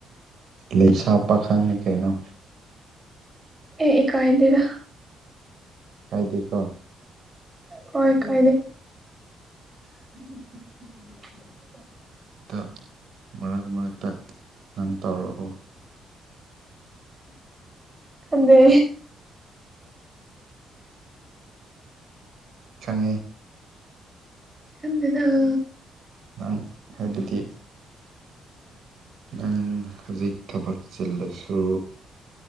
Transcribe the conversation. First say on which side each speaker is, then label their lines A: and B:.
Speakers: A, on the right; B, on the right.
A: ꯂꯩꯁꯥ ꯄꯥꯈꯪꯅꯤ ꯀꯩꯅꯣ
B: ꯑꯩ ꯏꯀꯥꯏꯗꯦꯗꯥ
A: ꯀꯥꯏꯗꯦꯀꯣ
B: ꯍꯣꯏ ꯀꯥꯏꯗꯦ <inaudible>
A: ꯗ ꯃꯔꯛ ꯃꯔꯛꯇ ꯅꯪ ꯇꯧꯔꯛꯎ
B: ꯈꯪꯗꯦ
A: ꯈꯪꯉꯤ
B: ꯈꯪꯗꯦꯗꯥ ꯑ
A: ꯑꯪ ꯍꯥꯏꯕꯗꯤ ꯅꯪ ꯍꯧꯖꯤꯛ ꯊꯕꯛ ꯆꯤꯜꯂꯁꯨ